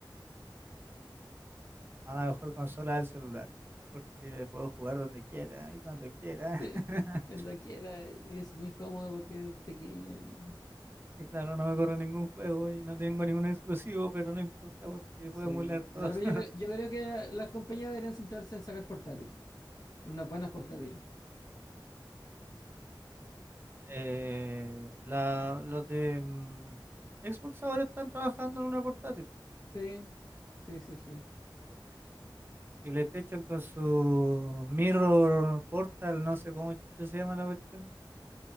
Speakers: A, on the right; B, on the left.
A: A la mejor consola del celular, porque puedo jugar donde quiera y cuando quiera.
B: <laughs>
A: <laughs>
B: Cuando quiera, y es muy cómodo porque es pequeño y
A: Y claro, no me corre ningún juego y no tengo ningún exclusivo, pero no importa porque
B: sí.
A: puedo emular todo.
B: No, pero
A: <laughs>
B: yo, yo creo que la- las compañías deberían centrarse en sacar portátiles, unas buenas portátiles.
A: Eh, la, los de mm, Xbox ahora están trabajando en una portátil.
B: Sí, sí, sí, sí.
A: Y PlayStation con su Mirror Portal, no sé cómo chucha se llama la cuestión.